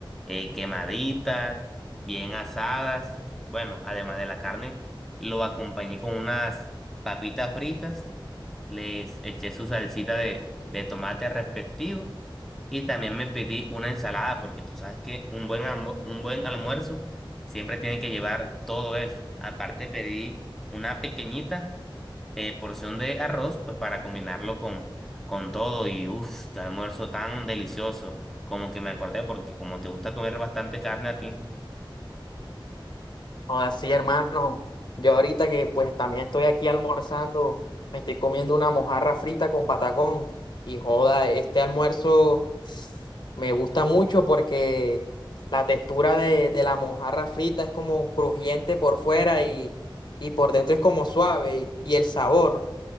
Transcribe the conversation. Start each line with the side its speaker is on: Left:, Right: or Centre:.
Centre: eh, quemadita, bien asadas. Bueno, además de la carne, lo acompañé con unas papitas fritas. Les eché su salsita de, de tomate respectivo y también me pedí una ensalada, porque tú sabes que un buen, almu- un buen almuerzo siempre tiene que llevar todo eso. Aparte pedí una pequeñita eh, porción de arroz, pues para combinarlo con, con todo. Y uff, qué almuerzo tan delicioso. Como que me acordé, porque como te gusta comer bastante carne a ti.
Left: Ahora sí, hermano. Yo ahorita que pues también estoy aquí almorzando, me estoy comiendo una mojarra frita con patacón. Y joda, este almuerzo me gusta mucho porque la textura de, de la mojarra frita es como crujiente por fuera y, y por dentro es como suave. Y el sabor